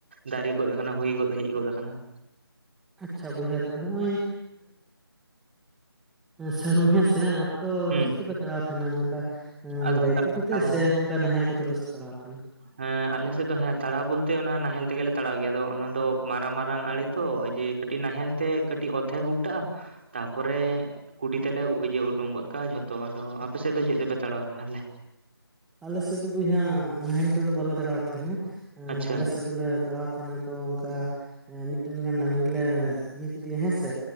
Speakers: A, on the right (about 25°); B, in the centre.
A: ᱫᱟᱨᱮᱹ ᱜᱚᱫ ᱟᱠᱟᱱᱟ ᱦᱩᱭ ᱜᱚᱫ ᱦᱮᱡ ᱜᱚᱫ ᱟᱠᱟᱱᱟ ᱾
B: ᱟᱪᱪᱷᱟ ᱵᱚᱭᱦᱟ ᱛᱚᱵᱮ ᱦᱚᱸᱜᱼᱚᱭ, ᱥᱟᱹᱨᱩ ᱦᱮᱸ ᱥᱮ ᱟᱯᱮ ᱫᱚ
A: ᱦᱩᱸ
B: ᱪᱮᱫ ᱛᱮᱯᱮ ᱛᱟᱲᱟᱣ ᱛᱟᱦᱮᱸᱱᱟ ᱱᱚᱝᱠᱟ
A: ᱟᱫᱚ
B: ᱜᱟᱹᱭᱛᱤ ᱠᱚᱛᱮ
A: ᱛᱟᱲᱟ
B: ᱥᱮ ᱱᱚᱝᱠᱟ ᱱᱟᱦᱮᱞ ᱠᱚᱛᱮᱯᱮ ᱛᱟᱲᱟᱣ ᱛᱟᱦᱮᱸᱱᱟ᱾
A: ᱦᱮᱸ ᱟᱞᱮᱥᱮᱫ ᱫᱚ ᱦᱮᱸ ᱛᱟᱲᱟᱣ ᱵᱚᱞᱛᱮ ᱚᱱᱟ ᱱᱟᱦᱮᱞ ᱛᱮᱜᱮᱞᱮ ᱛᱟᱲᱟᱣ ᱜᱮᱭᱟ ᱟᱫᱚ ᱚᱱᱟ ᱫᱚ ᱢᱟᱨᱟᱝ ᱢᱟᱨᱟᱝ ᱟᱲᱮ ᱛᱚ᱾ ᱠᱟᱹᱴᱤᱡ ᱱᱟᱦᱮᱞ ᱛᱮ ᱠᱟᱹᱴᱤᱡ ᱚᱨᱫᱷᱮᱠ ᱩᱞᱴᱟᱹᱜᱼᱟ ᱛᱟᱯᱚᱨᱮ ᱠᱩᱰᱤ ᱛᱮᱞᱮ ᱤᱭᱟᱹ ᱩᱰᱩᱝ ᱜᱚᱫ ᱠᱟᱜᱼᱟ ᱡᱷᱚᱛᱚ, ᱟᱫᱚ ᱟᱯᱮ ᱥᱮᱫ ᱫᱚ ᱪᱮᱫ ᱛᱮᱯᱮ ᱛᱟᱲᱟᱣᱟ ᱛᱟᱦᱚᱞᱮ
B: ᱟᱞᱮ ᱥᱮᱫ ᱫᱚ ᱵᱚᱭᱦᱟ ᱱᱟᱦᱮᱞ ᱛᱮᱫᱚ ᱵᱟᱞᱮ ᱛᱟᱲᱟᱣ ᱛᱟᱦᱮᱱᱟ ᱾
A: ᱟᱪᱪᱷᱟ
B: ᱟᱞᱮ ᱥᱮᱫ ᱫᱚᱞᱮ ᱛᱟᱲᱟᱣ ᱛᱟᱦᱮᱸᱱᱟ ᱛᱚ ᱚᱱᱠᱟ ᱢᱤᱫᱴᱮᱱ ᱜᱟᱱ ᱰᱟᱝᱨᱤ ᱞᱮ ᱤᱭᱟᱹ ᱠᱮᱫᱮᱭᱟ ᱦᱮᱸᱥᱮ,